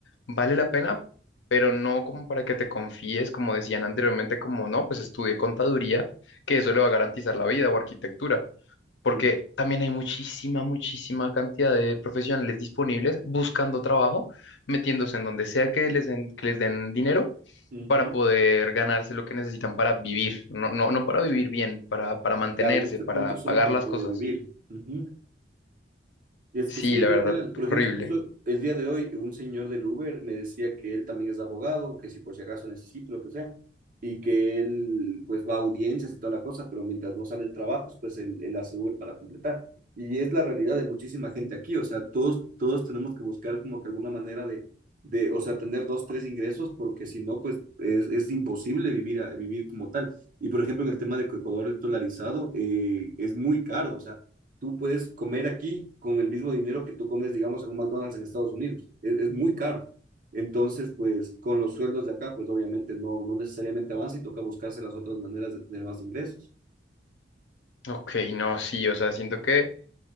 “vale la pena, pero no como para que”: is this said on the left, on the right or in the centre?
Left